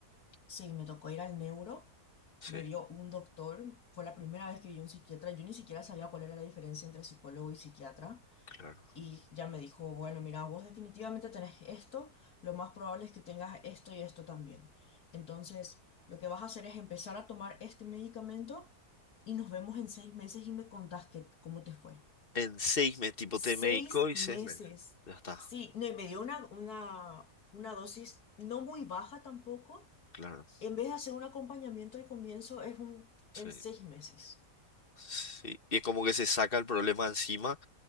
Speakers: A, on the left; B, on the left.
A: sí, me tocó ir al neuro,
B: Sí,
A: me vio un doctor, fue la primera vez que vi un psiquiatra, yo ni siquiera sabía cuál era la diferencia entre psicólogo y psiquiatra.
B: claro.
A: Y ya me dijo, bueno, mira, vos definitivamente tenés esto, lo más probable es que tengas esto y esto también. Entonces, lo que vas a hacer es empezar a tomar este medicamento y nos vemos en seis meses y me contás qué cómo te fue.
B: En seis meses, tipo,
A: Seis
B: te medicó y
A: meses.
B: seis meses. Ya está,
A: Sí, no, y me dio una, una, una dosis no muy baja tampoco.
B: claro.
A: En vez de hacer un acompañamiento al comienzo, es un
B: Sí.
A: en seis meses.
B: Sí, y es como que se saca el problema encima,